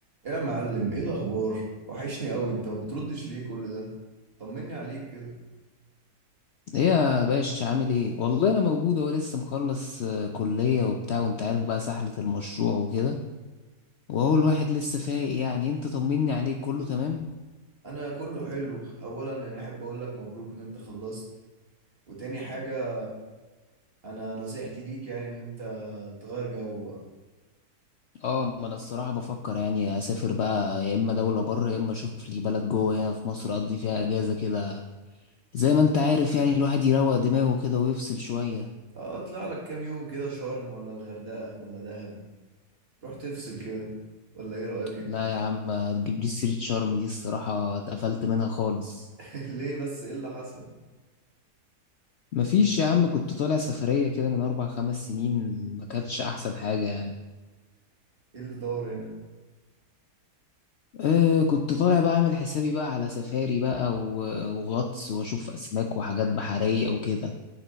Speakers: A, on the right (about 40°); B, on the left (about 85°).
A: يا معلم ايه الاخبار وحشني قوي انت ما بتردش ليه كل ده طمني عليك كده
B: ايه يا باشا عامل ايه والله انا موجود اهو لسه مخلص آه، كلية وبتاع وانت عارف بقى سحلة المشروع وكده وهو الواحد لسه فايق يعني انت طمني عليك كله تمام
A: انا كله حلو اولا انا احب اقول لك مبروك ان انت خلصت وتاني حاجة انا نصيحتي ليك يعني ان انت تغير جو بقى
B: اه ما انا الصراحة بفكر يعني اسافر بقى يا اما دولة بره يا اما اشوف لي بلد جوه هنا في مصر اقضي فيها اجازة كده زي ما انت عارف يعني الواحد يروق دماغه كده ويفصل شوية
A: اه اطلع لك كام يوم كده شرم ولا الغردقة ولا دهب تروح تفصل كده ولا ايه رأيك انت
B: لا يا عم ما تجيبليش سيرة شرم دي الصراحة اتقفلت منها خالص
A: <laughs> ليه بس ايه اللي حصل
B: مفيش يا عم كنت طالع سفرية كده من أربع خمس سنين ما كانتش أحسن حاجة يعني
A: ايه اللي دار يعني
B: آه كنت طالع بقى اعمل حسابي بقى على سفاري بقى و- وغطس واشوف اسماك وحاجات بحرية وكده